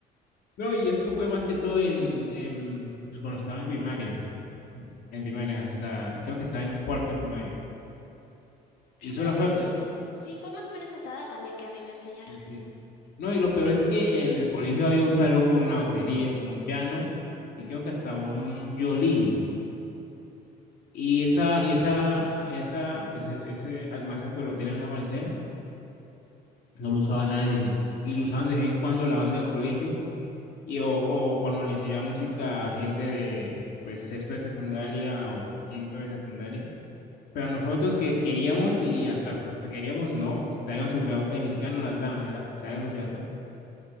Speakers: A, on the left (about 65°); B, on the left (about 85°).
A: No, y esto fue más que todo en, en pues, cuando estaba en primaria, en primaria hasta creo que estaba en cuarto de primaria.
B: Yo
A: Y
B: creo
A: solo
B: que
A: flauta,
B: sí, fue más o menos esa edad también que a mí me enseñaron.
A: Sí, sí. No, y lo peor es que en el colegio había un salón con una batería, con un piano y creo que hasta un violín. Y esa, y esa, esa, pues e- ese almacén, pues lo tenía en un almacén, no lo usaba nadie. Y lo usaban de vez en cuando la banda del colegio y o, o cuando le enseñaba música a gente de, pues, sexto de secundaria o quinto de secundaria. Pero a nosotros que queríamos y hasta pues te queríamos, no, pues, te hagan su flauta y ni siquiera nos las daban, era, te hagan su flauta.